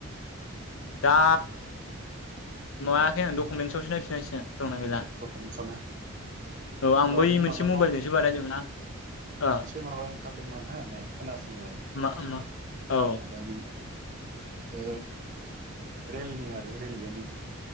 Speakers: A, on the left; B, on the right.
A: दा माबायाखै आं डकुमेन्टसावसो नायफिननांसिगोन। दंना गैला
B: डक'मेन्टसाव ना
A: औ
B: होमबा
A: आं बै
B: नों
A: मोनसे
B: माबा
A: मबाइलजोंसो
B: माव
A: बानायदोमोन ना ओ
B: मोनसे माबा ओंखारदोंमोन हो नै खोनासंलाय
A: मा मा औ
B: माबानि ओ रेलनि आरो रेलवेनि।